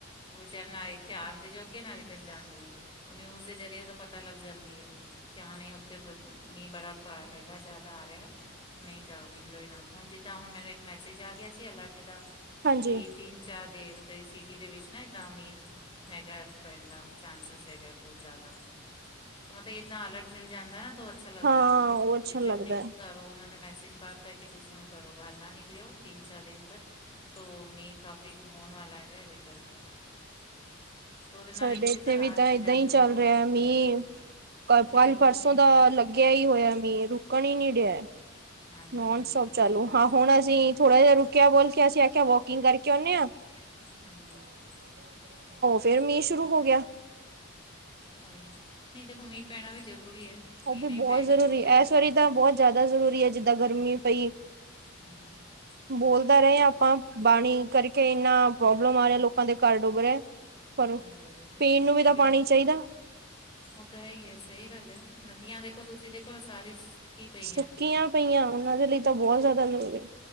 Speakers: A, on the left; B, on the right.
A: ਉਹ ਵਿਚਚਾਰ ਨਾਲ ਇੱਥੇ ਆਂ ਜੋਗੇ ਨਾ ਰਿਟਰਨ ਜਾਣਦੇ ਜੋਗੇ ਉਹ ਨਿਊਜ਼ ਦੇ ਜ਼ਰੀਏ ਤਾਂ ਪਤਾ ਲੱਗ ਜਾਂਦੀ ਹੈ ਕਿਆ ਨਹੀਂ ਉੱਥੇ, ਮੀਂਹ ਬੜਾ ਗਾਹ ਹੈਗਾ ਜਿਆਦਾ ਆ ਰਿਹਾ ਨਹੀ ਜਾਓ ਨਿਕਲੋ ਇਹ ਨਾ ਹੁਣ ਜਿੱਦਾਂ ਹੁਣ ਮੈ, ਮੈਸੇਜ ਆ ਗਿਆ ਸੀ ਅਲਰਟ ਦਾ
B: ਹਾਂਜੀ
A: ਤਿੰਨ ਚਾਹ ਦੇਵਤੇ ਸਿਟੀ ਦੇ ਵਿੱਚ ਨਾ ਏਦਾਂ ਅਮੀਰ ਹੈਗਾ ਪੈਦਾ ਚਾਨਸ ਹੈਗਾ ਬਹੁਤ ਜ਼ਿਆਦਾ। ਮਤਲਬ ਇੱਦਾਂ ਅਲਰਟ ਮਿਲ ਜਾਂਦਾ ਨਾ ਤੋ ਉਹ ਅੱਛਾ ਲੱਗਦਾ
B: ਹਾਂ
A: ਥੋੜ੍ਹਾ
B: ਉਹ ਅੱਛਾ
A: ਕਿ
B: ਲੱਗਦਾ
A: ਫਿਰ ਨੀ
B: ਹੈ।
A: ਘਰੋਂ ਉਹਨਾਂ ਨੇ ਮੈਸੇਜ ਬਾਤ ਹੈ ਕਿ ਤੁਸੀ ਘਰੋਂ ਬਾਹਰ ਨਾ ਨਿਕ। ਲਿਓ ਤਿੰਨ ਚਾਰ ਦਿਨ ਤੱਕ ਮੀਂਹ ਕਾਫੀ ਹੋਣ ਵਾਲਾ ਹੈਗਾ ਇਹਦੇ ਕਰਕੇ। <inaudible> ਨਾਲ
B: ਸਾਡੇ
A: ਇੱਕ ਕਿਸ
B: ਇੱਥੇ
A: ਤਰ੍ਹਾਂ ਰਾਹਤ
B: ਵੀ ਤਾਂ
A: ਮਿਲ
B: ਏਦਾਂ
A: ਜਾਂਦੀ
B: ਹੀ ਚੱਲ
A: ਹਾਂ
B: ਰਿਹਾ ਮੀਹ। ਕੱਲ
A: ਮੀਂਹ
B: ਕੱਲ
A: ਰੁਕ
B: ਪਰਸੋਂ
A: ਨਹੀਂ ਰਿਹਾ
B: ਦਾ
A: ਨਾ
B: ਲੱਗਿਆ ਹੀ ਹੋਇਆ ਮੀਂਹ ਰੁਕਣ ਹੀ ਨੀ ਡਿਆ।
A: ਹਾਂਜੀ
B: ਨੋਨ
A: ਹਾਂਜੀ
B: ਸਟੋਪ
A: ਉਹੀ
B: ਚਾਲੂ
A: ਉਹੀ
B: ਹਾਂ ਹੁਣ ਅਸੀਂ ਥੋੜ੍ਹਾ ਜਿਹਾ ਰੁਕਿਆ ਬੋਲ ਕੇ ਅਸੀ ਆਖਿਆ ਵੋਕਿੰਗ ਕਰਕੇ ਆਉਦੇ ਹਾਂ।
A: <inaudible>
B: ਫਿਰ ਮੀਹ ਸ਼ੁਰੂ ਹੋ ਗਿਆ। ਗਿਆ।
A: ਉਹੀ ਹੈ ਨਹੀਂ ਤੇ ਕੋ ਮੀਂਹ ਪੈਣਾ ਵੀ ਜ਼ਰੂਰੀ ਹੈ।
B: ਉਹ
A: ਮੀਂਹ
B: ਵੀ
A: ਨਹੀਂ
B: ਬਹੁਤ
A: ਪਏਗਾ
B: ਜ਼ਰੂਰੀ
A: ਤਾਂ ਫਿਰ ਵੀ
B: ਇਸ ਵਾਰੀ ਤਾਂ ਬਹੁਤ ਜ਼ਿਆਦਾ ਜ਼ਰੂਰੀ ਹੈ। ਜਿੱਦਾਂ ਗਰਮੀ ਪਈ।
A: <inaudible>
B: ਬੋਲਤਾਂ ਰਹੇ ਹਾਂ ਆਪਾਂ ਪਾਣੀ ਕਰਕੇ ਇੰਨਾ ਪ੍ਰੋਬਲਮ ਆ ਰਿਹਾ ਲੋਕਾਂ ਦੇ ਘਰ ਡੁੱਬ ਰਹੇ। ਪਰ
A: ਉਹੀ ਉਹੀ ਲੇਕਿਨ
B: ਪੀਣ ਨੂੰ
A: ਮੀਂਹ
B: ਵੀ ਤਾਂ ਪਾਣੀ ਚਾਹੀਦਾ।
A: ਉਹ ਤਾਂ ਹੈ ਹੀ ਹੈ ਸਹੀ ਗੱਲ ਹੈ ਨਦੀਆਂ ਦੇਖੋ ਤੁਸੀਂ ਦੇਖੋ ਨਾ ਸਾਰੀ ਸੁੱਕੀ ਪਈਆਂ।
B: ਸੁੱਕੀਆਂ ਪਈਆਂ ਉਹਨਾਂ ਦੇ ਲਈ ਤਾਂ ਬਹੁਤ ਜ਼ਿਆਦਾ ਜਰੂਰੀ।